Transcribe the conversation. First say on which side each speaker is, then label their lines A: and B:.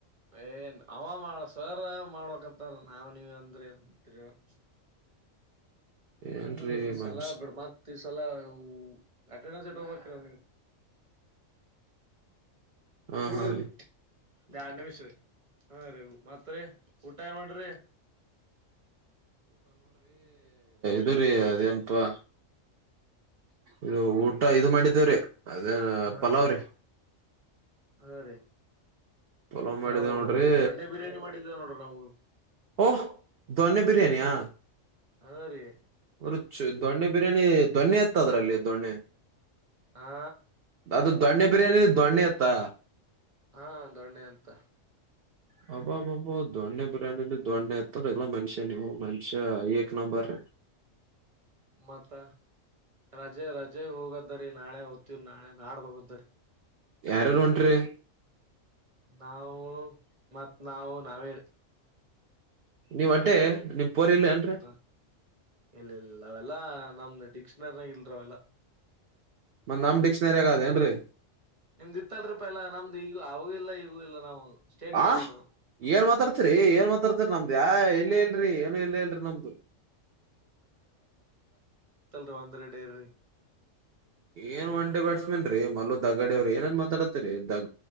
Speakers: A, on the right; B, on the right.
A: ಏನ್ ಅವಾಮ ಸರ್ ಮಾಡೋ ನಾವ್ ನೀವ್ ಅಂದ್ರೆ ಏನ್ಂತೀ <unintelligible>
B: ಏನ್ರೀ
A: ಹ್ಮ್ ಈ
B: ಮನ್ಷ್
A: ಸಲ ಬಿಡ ಮತ್ ಸಲ <inaudible> <unintelligible>
B: ಹಾ
A: ಕೂಡ್ರಿ
B: ಹಾ
A: ಇಲ್ಲಿ ಎರಡ್ ನಿಮಿಷ ಹಾ ರೀ ಮತ್ರರಿ ಊಟ ಏನ್ ಮಾಡ್ರಿ
B: ಇ ರಿ ಅದೇಏನಪಾ ಇದು ಊಟ ಇದು ಮಾಡಿದೇವ್ರೀ ಅದೇನ
A: ಹಾ
B: ಪಲಾವ್ರಿ
A: ಹಾ ರೀ
B: ಪಲಾವ್
A: ನಾವು
B: ಮಾಡಿದೇವ್ ನೋಡ್ರಿ
A: ದೊಣ್ಣೆ ಬಿರಿಯಾನಿ ಮಾಡಿದ್ದೇವೆ ನೋಡ್ರಿ ನಾವು ಹೌ
B: ಓಹ್ ದೊನ್ನೆ ಬಿರಿಯಾನಿ ಹಾ
A: ಹಾ ರೀ
B: ರುಚ್ಙ ದೊಣ್ಣೆ ಬಿರಿಯಾನಿ ಧಣ್ಣೆತ್ ಇತ್ ಅದ್ರಲ್ಲಿ ದೊಣ್ಣೆ
A: ಹಾ
B: ಅದು ದೊಣ್ಣೆ ಬಿರಿಯಾನಿ ದೊಣ್ಣೆ ಹಾ
A: ಹಾ ದೊಣ್ಣೆ ಅಂತ
B: ಹಬ್ಬಬ್ಬಬ್ಬ ದಣ್ಣೆ ಬಿರ್ಯಾನಿಲಿ ದಣ್ಣೆ ಇತ್ತಾರ ಎಲ್ಲಾ ಮನುಷ್ಯ ನೀವು ಮನುಷ್ಯ ಏಕ್ ನಂಬರ್
A: ಮತ್ತ ರಜೆ ರಜೆ ಹೋಗದ್ದರಿ ನಾಳೆ ಹೊತ್ತಿವ್ ನಾಳೆ ನಾಡ್ದ ಹೋದ್ದರಿ.
B: ಯಾರ್ ಯರು ಹೊಂಟ್ರಿ.
A: ನಾವು ಮತ್ ನಾವು ನಾವೇರಿ.
B: ನೀವ್ ಅಟ್ಟೆ ನಿಮ್. ಪೋರ್ ಇಲ್ಲ ಏನ್ರೀ
A: ಹ ಇಲ್ ಇಲ್ಲ ಅವೆಲ್ಲಾ ನಮ್ದು ಡಿಕ್ಷನರಿನಾಗ ಇಲ್ರಿ ಅವೆಲ್ಲಾ.
B: ಮತ್ ನಮ್ ಡಿಕ್ಷನರಿಯಾಗ ಅದ ಏನ್ರೀ
A: ನಿಮ್ದ ಇತ್ತಲ್ರಿ ಪಲ್ಲಾ ನಮ್ದು ಈಗ ಅವಗೂ ಇಲ್ಲ ಈಗೂ ಇಲ್ಲ ನನಮುಗ್ ಸ್ಟೇಟ್ ಫಾರ್ವರ್ಡ್
B: ಆ
A: ಇರುತ್.
B: ಏನ್ ಮಾತಾಡ್ತಿರಿ <unintelligible> ನಮ್ದ್ ಯಾ ಏನು ಇಲ್ಲೇ ಇಲ್ರಿ ಏನು ಇಇಲ್ಲೇ ಇಲ್ರಿ ನಮ್ದು.
A: ದವಂದರ್ ಡೈರಿ.
B: ಏನ್ ಒನ್ ಡೇ ಬ್ಯಾಟ್ಸ್ಮನ್. ರಿ ಮಲ್ದಗಡವ್ರಿ ಏನೇನ್ ಮಾತಾಡತ್ರಿ ದ.